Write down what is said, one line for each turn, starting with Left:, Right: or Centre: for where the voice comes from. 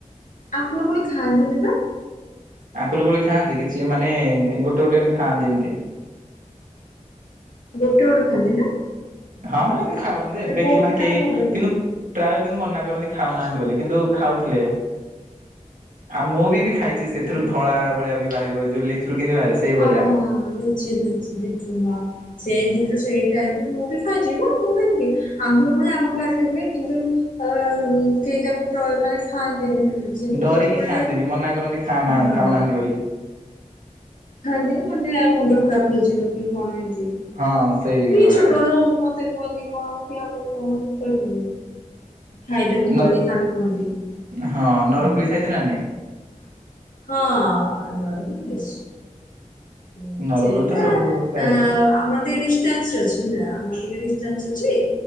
Left: ଅପୁଲୁ କୁଲି ଖାଆନ୍ତିନି ବା
Right: ଆକୁଲୁ ଗୋଳି ଖାଆନ୍ତି କିଛି ମାନେ ଗୋଟେ ଗୋଟେ ଏମିତି ଖାଆନ୍ତି ଏମିତି।
Left: ଗୋଟେ ଗୋଟେ ଖାନ୍ତି ନା
Right: ହଁ ମାନେ ଖାଉଛନ୍ତି
Left: ସେଟା
Right: ଯେ ଏବେ
Left: ବହୁତ
Right: କି ମାନେ
Left: ଖାଇଲେ
Right: କେହି
Left: ଭଲ ନୁହେଁ।
Right: କିନ୍ତୁ। ପ୍ରାୟ କିନ୍ତୁ ମନା କରନ୍ତି ଖାଉନାହାନ୍ତି ବୋଲି କିନ୍ତୁ ଖାଉଥିଲେ। ଆଉ ମୁଁ ବି ଖାଇଛି ସେଥିରୁ
Left: ହଁ
Right: ଧଳା ଭଳିଆ ବି ବାହାରିବ ଯୋଉ ଲିଚରୁ କେମିତି ବାହାରେ। ସେଇ ଭଳିଆ
Left: ହଁ ହଁ ଲିଚିଚି ଲିଚୁ ହଁ ସେଇ ଦିୁ ସେଇ ଟାଇପରେ ମୁଁ ବି ଖାଇଛି ମୁ ମୁଁ ଖାଇକି। ଆଗରୁ ପଣି ଆଗ ବାହାରିଲେ ହୁଏ କିନ୍ତୁ ଅ ସେଇଟାକୁ ମାନେ ଖାଆନ୍ତିନି ସେ
Right: ଡରିକି
Left: ପଣପଳ
Right: ଖାଆନ୍ତିନି
Left: ହଁ
Right: ମନା କରନ୍ତି ଖାନା ଖାଉନାହାନ୍ତି ବୋଲି
Left: ଖାଆନ୍ତିନି କନ୍ତି ମୁଣ୍ଡ ଖରାପ ହେଇଯିବ କି କଣ ଏମିତି
Right: ହଁ ସେଇ
Left: କି
Right: ଭଳିଆ
Left: ଛୋଟବେଳୁ। ତତେ କୁହନି କଣ କି ଆମକୁ କହ ମୁଁ କହିପାରିବି। ଖାଇଦେବୁ
Right: ନର
Left: ବୋଲି କାହି କୁହନ୍ତି ହୁଁ।
Right: ହଁ ନରକୋଳି ଖାଇଛ ନା ନାଇଁ
Left: ହଁ ଆର ଭୁଲସ ହୁଁ
Right: ନରକୋଳି
Left: ସେଇଟା
Right: ତ ସବୁ ପ୍ରାୟ
Left: ଆ
Right: ଥିବ
Left: ଆ ଡିାନ୍ସ ଅଛି ହେଲା ଆମର ଟିକେ ଡିଷ୍ଟାନ୍ସ ଅଛି।